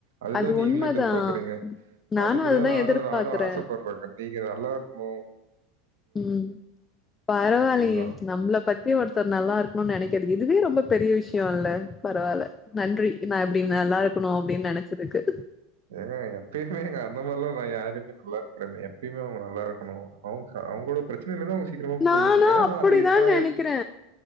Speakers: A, on the right; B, on the left.
A: அதுதா
B: அது
A: நீங்களே
B: உண்மதான்.
A: எதிர்பார்க்கறீங்க
B: நானும்
A: அதுக்குதா
B: அதுதான்
A: நானு
B: எதிர்பார்க்கிறேன்.
A: நானு ஆசபட்றங்க நீங்க நல்லா இருக்னு
B: ம் பரவால்லையே
A: அதுதான்.
B: நம்பள பத் தி ஒருத்தர் நல்லா இருக்கணுன்னு நெனைக்கறத் இதுவே ரொம்ப பெரிய விஷ்யோ இல்ல பரவால்ல நன்றி நா இப்பிடி நல்லா இருக்கணுன் அப்டின் நெனச்சதுக்கு
A: ஏங்க எப்பயுமே எங்க அந்த மார்ல்லா நா யாருமே நல்லா இருக்கனுன்னு எப்பயுமே உங்க நல்லா இருக்கணு அவ்ங்கா அவ்ங்களோட பிரச்சனைல இந்து அவுங்க சீக்கிரமா
B: நானா
A: போயிட்ணு ஏனா
B: அப்டிதா
A: நா அது நா
B: நெனைக்கிறே